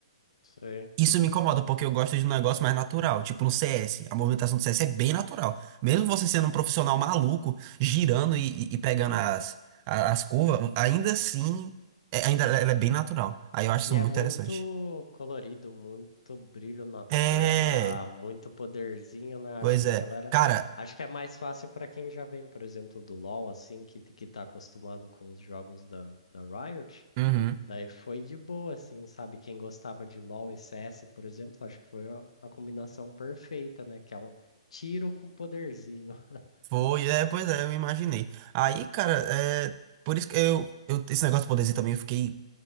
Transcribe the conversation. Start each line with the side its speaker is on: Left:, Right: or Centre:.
Left: Sei.
Right: Isso me incomoda, porque eu gosto de um negócio mais natural. Tipo no CS. A movimentação do CS é bem natural. Mesmo você sendo um profissional maluco, girando e, e- e pegando as, a- as curvas, ainda assim, é- ainda ela é bem natural. Aí eu acho
Left: E
Right: isso muito
Left: é muito
Right: interessante.
Left: colorido, muito brilho na
Right: É,
Left: tela, muito poderzinho, né? Acho
Right: pois
Left: que
Right: é.
Left: a galera.
Right: Cara,
Left: Acho que é mais fácil para quem já vem, por exemplo, do LoL, assim, que, que tá acostumado com os jogos da, da Riot.
Right: uhum,
Left: Daí foi de boa, assim, sabe? Quem gostava de LoL e CS, por exemplo, acho que foi a a combinação perfeita, né? Que é um tiro com poderzinho. <laughs>
Right: foi, é, pois é, eu imaginei. Aí, cara, é, por isso que eu, eu- esse negócio do poderzinho também eu fiquei,